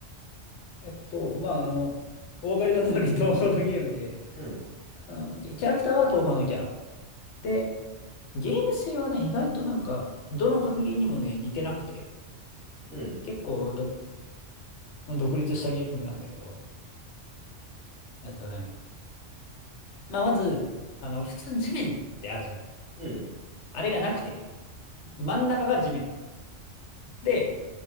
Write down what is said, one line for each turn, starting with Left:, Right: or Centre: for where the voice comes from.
Left: えっと、まあ、あの、お分かりの通り <laughs> 東方のゲームで、
Centre: うん、
Left: あの、キャキャラクターは東方のキャラ。で、ゲーム性はね、意外となんか、どの格ゲーにもね、似てなくて、
Centre: うん、
Left: 結構ど、独立したゲームなんだけど、えっとね、まあ、まず、あの、普通地面ってあるじゃん。
Centre: うん。
Left: あれがなくて、真ん中が地面なの。で、